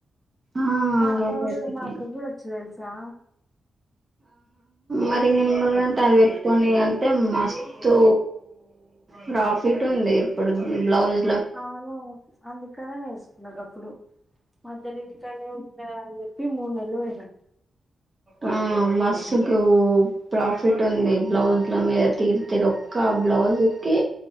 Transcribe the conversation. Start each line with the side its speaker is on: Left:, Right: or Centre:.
Right: ఆ
Centre: మాకు
Right: ఒకటి
Centre: మాకు గుడ వచ్చు తెల్సా
Right: మరింగ మలగంటని పెట్టుకని అంటే మస్తు ప్రాఫిట్ ఉంది, ఇప్పుడు బ్లౌజ్
Centre: అవును, అందుకనేే నేేస్ నగప్పుడు అందరు ఇంటికాన్నే ఉంటా అని చెప్పి, మూడు నెలలు వో
Right: మ్మ్ మస్సుకు ప్రాఫిట్ ఉంది. బ్లౌజ్ల మీద తీ తీరు ఒక్క బ్లౌజ్కి